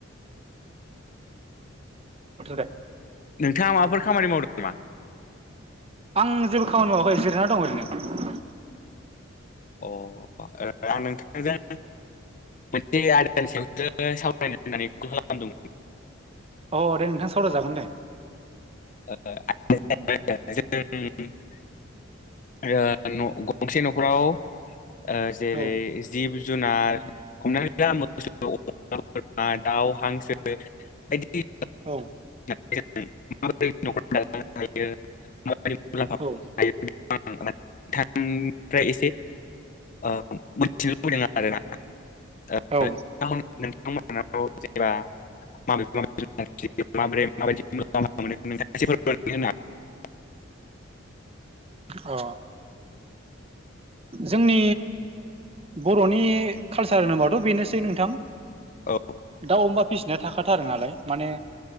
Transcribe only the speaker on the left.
नोंथाङा माबाफोर खामानि मावदों नामा?
अ आं नोंथांजों मोनसे आयदानि सायावसो सावरायनो होन्नानै कल खालामदोंमोन।
<unintelligible> ओ ग नं गंसे नखराव ओ जेरै
जिब जुनार हमनानै जा मोसौ बोरमा दाउ हांसो बायदि
<unintelligible> मुलाम्फा मोननो
<unintelligible> <unintelligible> <unintelligible>
जेनेबा <unintelligible>
होनो